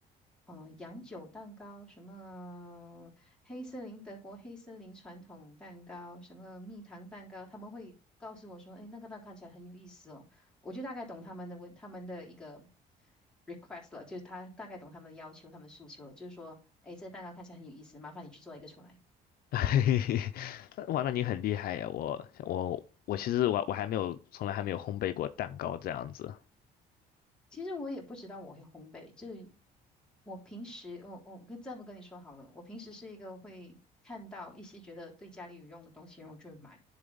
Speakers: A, in the centre; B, on the left (about 60°).
A: 嗯、呃，洋酒蛋糕，什么黑森林德国黑森林传统蛋糕，什么蜜糖蛋糕，他们会告诉我说，哎，那个蛋看起来很有意思哦，我就大概懂他们的问他们的一个 request 了，就是他大概懂他们的要求，他们的诉求了，就是说，哎，这个蛋糕看起来很有意思，麻烦你去做一个出来。
B: <laughs> 嘿嘿嘿，哇，那你很厉害呀！我我我其实我我还没有从来还没有烘焙过蛋糕这样子。
A: 其实我也不知道我会烘焙，这我平时，我、我跟这么跟你说好了，我平时是一个会看到一些觉得对家里有用的东西，然后我就会买，